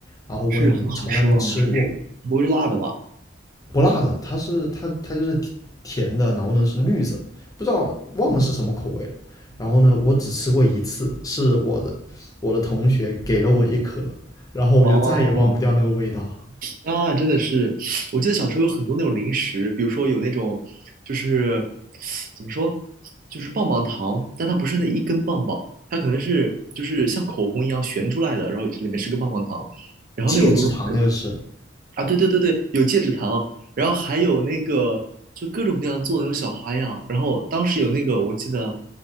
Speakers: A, on the left (about 20°); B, on the right (about 45°).
A: 然后我也没从来没吃过，
B: 是很好吃吗？还是是不会是辣的吧？
A: 不辣的，它是它它就是甜甜的，然后呢是绿色，不知道忘了是什么口味了。
B: 嗯，
A: 然后呢，我只吃过一次，是我的我的同学给了我一颗，然后我就再也忘不掉那个味道。
B: 哦啊，真的是，我记得小时候有很多那种零食，比如说有那种，就是怎么说，就是棒棒糖，但它不是那一根棒棒，它可能是就是像口红一样旋出来的，然后里面是个棒棒糖，然后那种东西
A: 戒指糖那个是，
B: 啊，对对对对，有戒指糖，然后还有那个就各种各样做那种小花样，然后当时有那个我记得